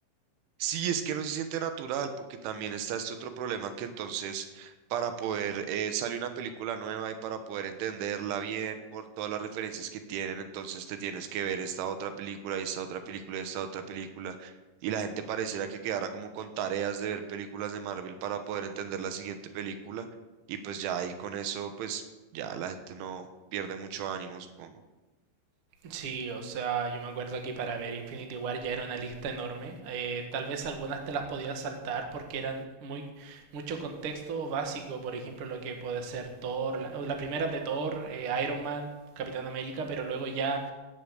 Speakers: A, on the right; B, on the right.
A: Sí, es que no se siente natural porque también está este otro problema que entonces para poder eh, salir una película nueva y para poder entenderla bien por todas las referencias que tienen, entonces te tienes que ver esta otra película y esta otra película y esta otra película y la gente pareciera que quedara como con tareas de ver películas de Marvel para poder entender la siguiente película y pues ya ahí con eso pues ya la gente no pierde mucho ánimo, supongo.
B: Sí, o sea, yo me acuerdo que para ver Infinity War ya era una lista enorme. Eh, tal vez algunas te las podías saltar porque eran muy mucho contexto básico, por ejemplo, lo que puede ser Thor, la, o la primera de Thor, eh, Iron Man, Capitán América, pero luego ya